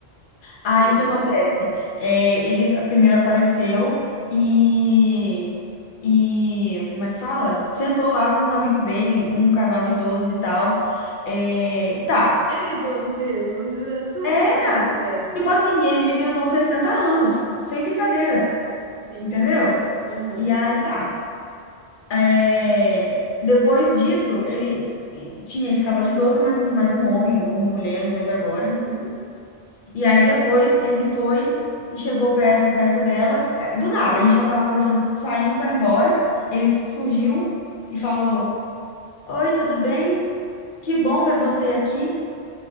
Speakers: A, on the right; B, on the left.
A: Hum,
B: Aí o que acontece? É, ele primeiro apareceu e, e como é que fala? Sentou lá com os amigos dele, um casal de idosos e tal. É, tá.
A: era idoso mesmo, às vezes eu só
B: Era.
A: <laughs> era mais velho.
B: Tipo assim, eles deviam ter uns 60 anos, sem brincadeira,
A: Entendi.
B: entendeu?
A: Aham.
B: E aí tá. É, depois disso, ele tinha esse casal de 12 mais um, mais um homem ou uma mulher, não lembro agora.
A: Uhum.
B: E aí depois ele foi e chegou perto, perto dela. É, Do nada, a gente tava lá conversando, saindo pra ir embora. Ele surgiu e falou: Oi, tudo bem? Que bom ver você aqui.